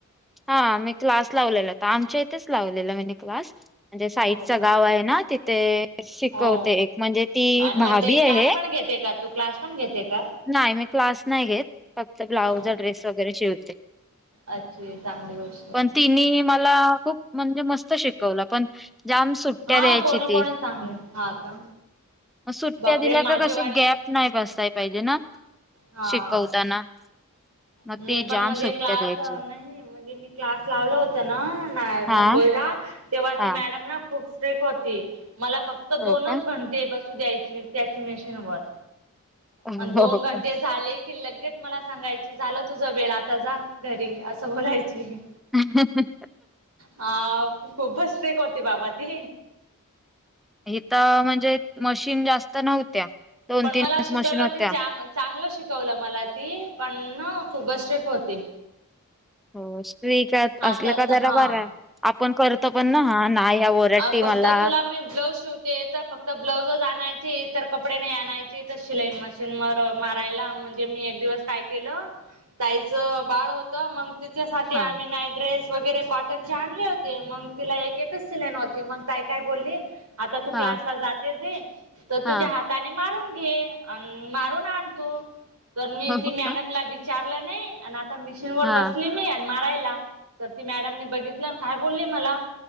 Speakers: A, in the centre; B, on the right.
A: हा, मी क्लास लावलेला. का आमच्या इथेच लावलेला मी क्लास. म्हणजे साईडचं
B: हो का
A: गाव आहे ना, तिथे शिकवते
B: हो
A: एक, म्हणजे ती
B: आणि
A: भाभी
B: म्हणजे
A: आहे.
B: क्लास पण घेते का तू क्लास पण घेते का?
A: नाही. मी क्लास नाही घेत. फक्त ब्लाउज
B: ह
A: ड्रेस वगैरे शिवते.
B: अच्छी चांगली गोष्ट आहे
A: पण तिनी मला खूप म्हणजे मस्त शिकवल पण जाम सुट्ट्या
B: हा
A: द्यायची
B: कोणी
A: ती
B: कोणी चांगले हा का
A: मग सुट्ट्या
B: बापरे
A: दिल्या
B: माझे
A: तर कशी
B: वाडील
A: गॅप नाही बसताय पाहिजे ना,
B: हा
A: शिकवताना. मग
B: मी
A: ती
B: पण
A: जाम
B: म्हणजे
A: सुट्ट्या
B: क्लास
A: द्यायची
B: नाही. म्हणजे मी क्लास लावला होता ना, ना
A: हा
B: मुंबईला, तेव्हा
A: हा
B: ती मॅडम ना खूप स्ट्रीट होती. मला फक्त
A: हो
B: दोनच
A: का
B: घं ते बसू द्यायी त्याची मशिन वर,
A: हो
B: अन् दोन
A: हो
B: घंटे
A: का
B: झाले की लगेच मला सांगायची, झालं तुझ वेळ, आता जा घरी असं बोलायची.
A: ह-ह-ह.
B: हा खूपच स्ट्रीक होती बाबा ती
A: हितं म्हणजे मशीन जास्त नव्हत्या दोन
B: पण
A: तीनच
B: मला शिकवलं
A: मशीन होत्या.
B: ते चांग चांगलं शिकवलं मला ती पण ना खूपच स्ट्रीक होती
A: हो स्ट्रीक असल
B: आता
A: का जरा
B: हा
A: बरा आहे आपण करतो पण ना हा नाही ह्या ओरडती
B: अ फक्त
A: मला
B: तुला मी ब्लाऊज शिवते तर फक्त ब्लाऊजच आणायची इतर कपडे नाही आणायची तर शिलाई मशीनवर मारायला म्हणजे मी एक दिवस काय केलं ताईच बाळ होत त मग तिच्यासाठी
A: हा
B: आम्ही नाईट ड्रेस वगैरे कॉटनचे आणले होते मग तिला एकेकच लाईन होती मग ताई काय बोलली आता तू
A: हा
B: क्लासला जातेच आहेस तर
A: हा
B: तुझ्या हात ताने मारून घे अन् मारून आण तू तर मी
A: हो
B: ती मॅडमला
A: का
B: विचारलं नायी आणि आता मिशीन वर
A: हा
B: बसली मी मारायला तर ती मॅडमनी बघितली आणि काय बोलली मला